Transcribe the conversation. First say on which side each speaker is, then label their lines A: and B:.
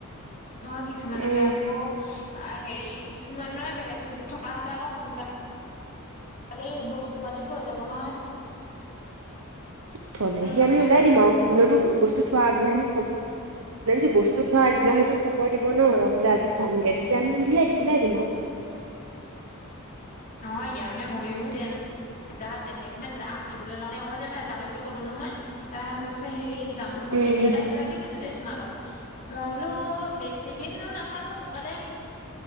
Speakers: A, on the left; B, on the right.
A: নহয় কিছুমানে
B: আহ
A: যে আকৌ <unintelligible> হেৰি, কিছুমান মানে বেলেগ পিজিত থকা হলে আকৌ সোনকালোলেই বস্তু পাতি থৈ যাব নহয়।
B: থলে
A: গম
B: সি
A: পাইছা
B: আমি
A: নাই
B: ওলাই
A: কথাটো
B: দিম। আৰু কোনতো বস্তু থোৱা আগনাহানি খবৰ- জানো বস্তু থোৱা আগদিনা সেইটো খবৰ দিব ন'। বোলে আজি থামগে তেতিয়া আমি উলিয়াই দিম। উলিয়াই দিন অ'।
A: নহয় দিয়া মানে, মইও তেনে জ জেঠাইক মানে, আহিবলৈ লওঁ ন অ' জেঠাই যামগে বুলি কলো নহয়, তাই' কৈছে হেৰি যাওঁ তোমাক
B: উম
A: কেতিয়ালৈ আহিবা বুলি সুধিলে তোমালোক? মই বোলো বে- চিদিন নাথাকোঁ সোনকালে আহিম।